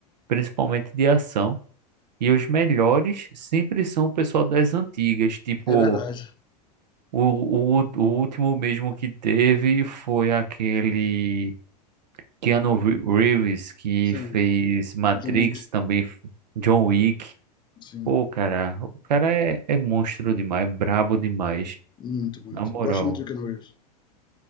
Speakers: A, on the right; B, on the left.
A: principalmente de ação. E os melhores sempre são o pessoal das antigas, tipo,
B: É verdade,
A: o, o, o último mesmo que teve foi aquele Keanu Re- Reeves, que
B: sim,
A: fez Matrix,
B: John Wick,
A: também f- John Wick.
B: sim,
A: Pô, cara, o cara é, é monstro demais, brabo demais,
B: muito, muito.
A: na moral.
B: Gosto muito do Keanu Reeves,